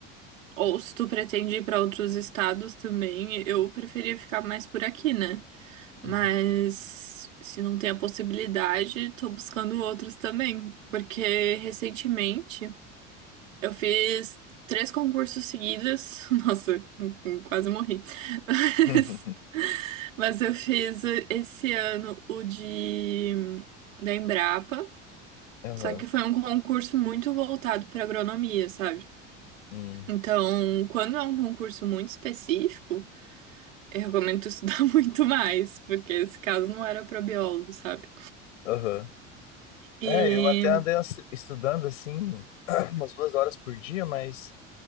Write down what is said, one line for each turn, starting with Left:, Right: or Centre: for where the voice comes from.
Right: Ou se tu pretende ir pra outros estados também, eu preferia ficar mais por aqui, né? Mas
Left: Uhum.
Right: se não tem a possibilidade, tô buscando outros também. Porque recentemente eu fiz três concursos seguidos. <laughs> Nossa, quase morri. Mas,
Left: <laughs>
Right: mas eu fiz esse ano o de da Embrapa.
Left: Aham.
Right: Só que foi um concurso muito voltado para agronomia, sabe?
Left: Hum.
Right: Então, quando é um concurso muito específico, eu recomendo tu estudar <laughs> muito mais, porque esse caso não era para biólogo, sabe?
Left: Aham.
Right: E,
Left: É, eu até andei ass- estudando assim <clears throat> umas duas horas por dia, mas